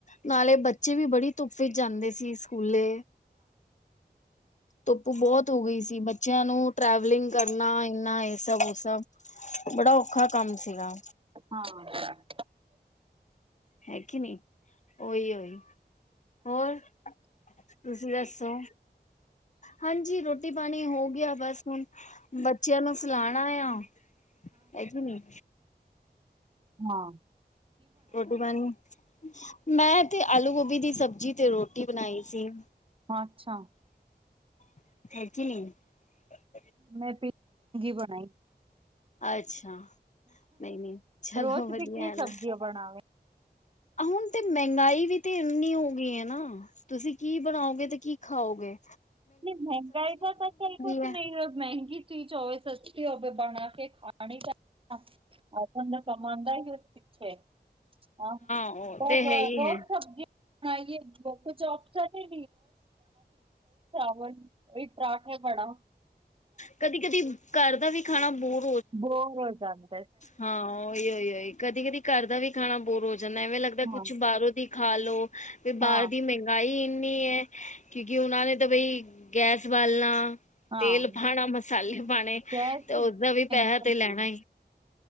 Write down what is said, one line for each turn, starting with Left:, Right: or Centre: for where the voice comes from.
Left: ਨਾਲੇ ਬੱਚੇ ਵੀ ਬੜੀ ਧੁੱਫੇ ਜਾਂਦੇ ਸੀ ਸਕੂਲੇ ਧੁੱਪ ਬਹੁਤ ਹੋ ਗਈ ਸੀ ਬੱਚਿਆਂ ਨੂੰ ਟੈ ਬਿਲੀਂਗ ਕਰਨਾ ਇਨਾ ਇਹ ਸਬ-ਸਬ ਬੜਾ ਔਖਾ ਕੰਮ ਸੀਗਾ।
Right: ਹਾਂ,
Left: ਹੈ ਕਿ ਨਹੀਂ ਉਹੀ-ਉਹੀ ਹੋਰ ਤੁਸੀਂ ਦੱਸੋ? ਹਾਂਜੀ ਰੋਟੀ ਰੋਟੀ ਪਾਣੀ ਹੋ ਗਿਆ ਬੱਸ ਹੁਣ ਬੱਚਿਆਂ ਨੂੰ ਸੁਲਾਣਾਂ ਆ ਹੇ ਕੀ ਨਹੀਂ,
Right: ਹਾਂ,
Left: ਰੋਟੀ ਪਾਣੀ ਮੈਂ ਤੇੇ ਆਲੂ ਗੋਭੀ ਦੀ ਸਬਜ਼ੀ ਤੇ ਰੋਟੀ ਬਣਾਈ ਸੀ।
Right: ਅੱਛਾ,
Left: <unintelligible>
Right: ਮੈਂ ਮੈਗੀ ਬਣਾਈ।
Left: ਅੱਛਾ ਨਹੀਂ-ਨਹੀਂ ਚਲੋ
Right: ਰੋਜ਼
Left: ਵਧੀਆ
Right: ਦੀ ਕੀ
Left: ਨਾ,
Right: ਸਬਜ਼ੀਆਂ ਬਣਾਵੇ
Left: ਹੁਣ ਤੇ, ਮਹਿੰਗਾਈ ਵੀ ਤੇ ਇੰਨੀ ਹੋ ਗਈ ਹੈ ਨਾ ਤੁਸੀਂ ਕੀ ਬਣਾਓਗੇ ਤੇ ਕੀ ਖਾਉਗੇ।
Right: ਨਹੀਂ ਮਹਿੰਗਾਈ ਦਾ ਤਾਂ ਕੱਲ ਕੁਛ
Left: ਹੈ
Right: ਨਹੀਂ ਮਹਿੰਗੀ ਚੀਜ਼ ਹੋ, ਸਸਤੀ ਹੋਵੇ ਬਣਾ ਕੇ ਖਾਣੀ ਕਰ, ਆਪਾਂ ਦਾ ਸਮਾਨ ਦਾ ਵਿਵਥਤ ਹੈ। ਹਾਂ
Left: ਉਹ
Right: ਹੋਰ
Left: ਤੇ ਹੈ ਹੀ ਹੈ
Right: ਸਬਜ਼ੀ, ਹਾਂ ਵੀ ਚੋਪਸ ਨ ਤਰਾਠ ਐ ਬੜਾ,
Left: ਕਦੀ-ਕਦੀ ਘਰ ਦਾ ਵੀ ਖਾਣਾ ਬਹੁਤ,
Right: ਬੋਰ ਹੋ ਜਾਦਾ,
Left: ਹਾਂ ਉਹੀ-ਉਹੀ-ਉਹੀ ਕਦੀ ਕਦੀ ਘਰ ਦਾ ਵੀ ਖਾਣਾ ਬੋਰ ਹੋ ਜਾਂਦਾ ਐਵੇਂ ਲੱਗਦਾ ਕੁਛ
Right: ਹਾਂ
Left: ਬਾਹਰੋਂ ਦੀ, ਖਾ ਲੋ ਵੀ ਬਾਹਰ
Right: ਹਾਂ
Left: ਦੀ ਮਹਿੰਗਾਈ ਇੰਨੀ ਹੈ ਕਿਉਂਕਿ ਉਹਨਾਂ ਨੇ ਤਾਂ ਬਈ, ਗੈਸ ਬਾਲਣਾ
Right: ਹਾਂ
Left: ਤੇਲ, ਖਾਣਾ ਮਸਾਲੇ ਪਾਣੇ
Right: ਗੈਸ
Left: ਤੇ ਉਸਦਾ
Right: ਥੈਂਕ
Left: ਵੀ ਪੈਸਾ ਤੇ ਲੈਣਾ।
Right: ਯੂ